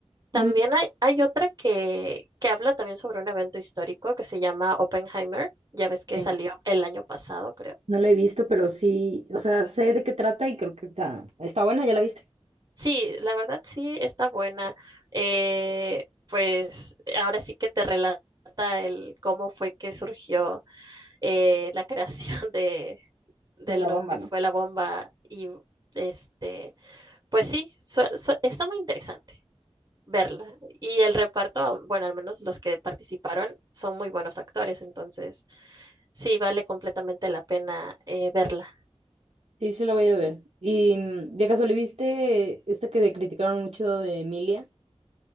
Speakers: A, on the right; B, on the right.
A: Mm,
B: También hay, hay otra que, que habla también sobre un evento histórico que se llama Oppenheimer. Ya ves que
A: sí.
B: salió el año pasado, creo.
A: No la he visto, pero sí, o sea, sé de qué trata y creo que está, está buena, ya la viste,
B: Sí, la verdad sí está buena. Eh, pues ahora sí que te relata el cómo fue que surgió eh, la <laughs> creación de, de
A: de
B: lo
A: la bomba,
B: que
A: ¿no?
B: fue la bomba. Y este, pues sí, su- su- está muy interesante verla. Y el reparto, bueno, al menos los que participaron son muy buenos actores, entonces. Sí, vale completamente la pena eh, verla.
A: Sí, sí la voy a ver. Y mm, de casualidad, ¿viste esta que criticaron mucho de Emilia?